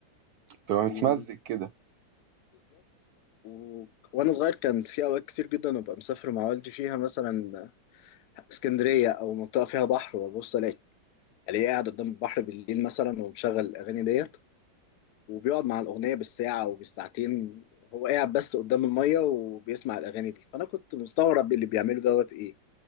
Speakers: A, on the right (about 75°); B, on the left (about 75°).
A: تبقى متمزق
B: وبالظبط
A: كده
B: و... وانا صغير كان في اوقات كتير جدا ابقى مسافر مع والدي فيها مثلا اسكندريه او منطقه فيها بحر وابص الاقي الاقيه قاعد قدام البحر بالليل مثلا ومشغل الاغاني ديت وبيقعد مع الاغنيه بالساعه وبالساعتين هو قاعد بس قدام الميه وبيسمع الاغاني دي فانا كنت مستغرب اللي بيعمله دوت ايه